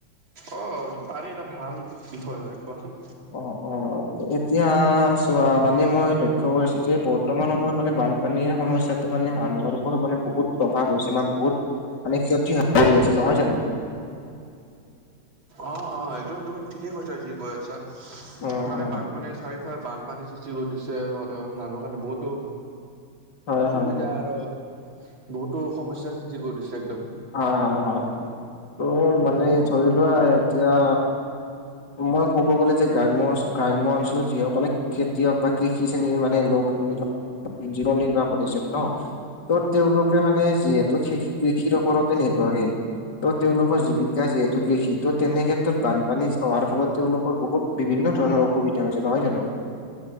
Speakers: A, on the right; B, on the left.
A: অ', এইটো পাৰি এটা ভাল বিষয় হয় কোৱাচোন?
B: অ, 'অ', এতিয়া, চোৱা মানে মই লক্ষ্য কৰিছো যে বৰ্তমান সময়ত মানে বান। পানীৰ সমস্যাটো মানে মানুহৰ ওপৰত মানে বহুত প্ৰভাৱ হৈছে ন বহুত। মানে ক্ষতি হয় আছে নহয় জানো?
A: অ', অ', একদম তুমি ঠিকে কৈছা যি কৈ আছা।
B: অ।
A: মানে
B: হয়,
A: বানপানীৰ
B: হয়,
A: চাৰিওফালে বানপানীৰ সৃষ্টি কৰি দিছে ধৰ, মানুহৰ কাৰণে বহুতো।
B: হয়,
A: অসুবিধা
B: হয়, হয়।
A: আৰু বহুতো সমস্যাৰ সৃষ্টি কৰি দিছে একদম।
B: হয় হয় হয় তোৰ মানে ধৰি লোৱা এতিয়া। মই ক'ব গ'লে যে গ্ৰাম্য গাম্য অঞ্চলত যিসকলে। খেতিয়ক বা কৃষি শ্ৰেণীৰ মানে লোক জীৱন নিৰ্বাহ কৰিছে ন। ত তেওঁলোকে মানে যিহেতু কৃষিৰ ওপৰতে নিৰ্ভৰশীল। ত তেওঁলোকৰ জীৱিকা যিহেতু কৃষি ত তেনে ক্ষেত্ৰত বানপানী হোৱাৰ ফলত তেওঁলোকৰ বহুত। বিভিন্ন ধৰণৰ অসুবিধা হৈছে নহয় জানো।